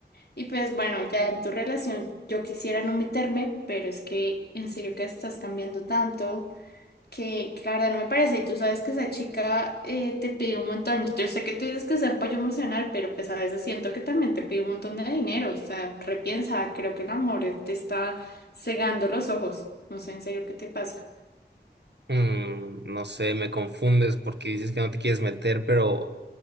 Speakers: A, on the left; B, on the right.
A: Y pues bueno, ya en tu relación yo quisiera no meterme, pero es que en serio que estás cambiando tanto que, que la verdad no me parece. Y tú sabes que esa chica eh, te pide un montón. Yo sé que tú dices que es apoyo emocional, pero pues a veces siento que también te pide un montón de dinero. O sea, repiensa, creo que el amor te está cegando los ojos. No sé en serio qué te pasa.
B: Mm, no sé, me confundes porque dices que no te quieres meter, pero,